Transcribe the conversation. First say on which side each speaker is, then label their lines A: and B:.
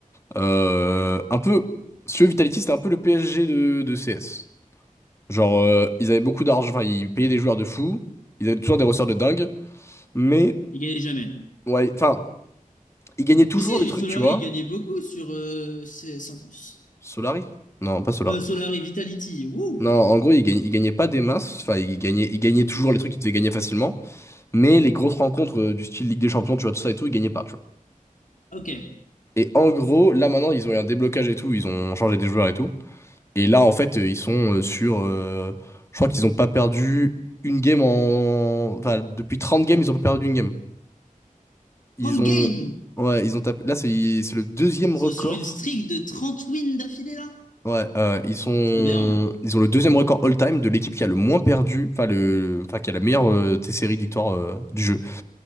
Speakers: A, on the left (about 20°); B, on the left (about 65°).
A: euh, un peu, si tu veux, Vitality, c'était un peu le PSG de, de CS. Genre, euh, ils avaient beaucoup d'argent, enfin, ils payaient des joueurs de fou, ils avaient toujours des ressorts de dingue, mais,
B: il gagnait jamais.
A: ouais, enfin, ils gagnaient toujours
B: Mais si,
A: des trucs,
B: Solari,
A: tu vois.
B: il gagnait beaucoup sur euh, CS en plus.
A: Solari? Non, pas Solari.
B: Euh, Solari Vitality, wouh!
A: Non, en gros, ils gagnaient, ils gagnaient pas des masses, enfin, ils gagnaient, ils gagnaient toujours les trucs qu'ils devaient gagner facilement, mais les grosses rencontres euh, du style Ligue des Champions, tu vois, tout ça et tout, ils gagnaient pas, tu vois.
B: Ok.
A: Et en gros, là maintenant, ils ont eu un déblocage et tout, ils ont changé des joueurs et tout. Et là, en fait, euh, ils sont euh, sur... euh, je crois qu'ils n'ont pas perdu une game en... Enfin, depuis 30 games, ils ont pas perdu une game. Ils
B: 30
A: ont...
B: games!
A: Ouais, ils ont tapé... Là, c'est c'est le deuxième
B: Sur
A: record.
B: sur une streak de 30 wins d'affilée là?
A: Ouais, euh, ils sont...
B: C'est aberrant.
A: Ils ont le deuxième record all-time de l'équipe qui a le moins perdu, enfin, le... enfin qui a la meilleure euh, t- série de victoires euh, du jeu.